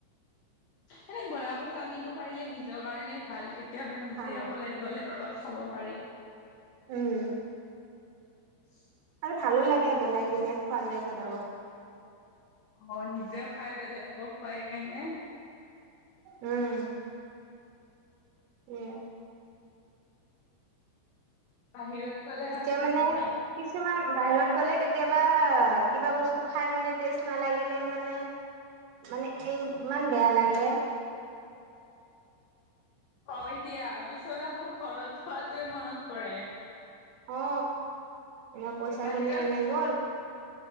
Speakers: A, on the left (about 75°); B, on the right (about 85°).
A: এনে বনাব জানিব পাৰিলে নিজৰ কাৰণে ভাল কেতিয়াবা নিজে
B: ভাল
A: অকল লাগে গ'লে কৰবাত খাব পাৰি।
B: উম
A: <unintelligible>
B: আৰু ভালো লাগে বনাই পিনে খোৱালে বেলেগক।
A: অ নিজেও খাই বেলেগকো খুৱাই কেনে
B: উম এ
A: বাহিৰত গ'লে
B: এতিয়া
A: আৰু বেছি
B: মানে
A: ভাল
B: কিছুমান বাহিৰত
A: অ
B: গ'লে কেতিয়াবা কিবা বস্তু খাই মানে টেষ্ট নালাগিলে মানে মানে এই ইমান বেয়া লাগে।
A: হয় দিয়া পিছত আকৌ ঘৰত খোৱাতোৱে মনত পৰে।
B: অ এনে পইচা
A: বাহিৰত
B: খিনিও এনে গ'ল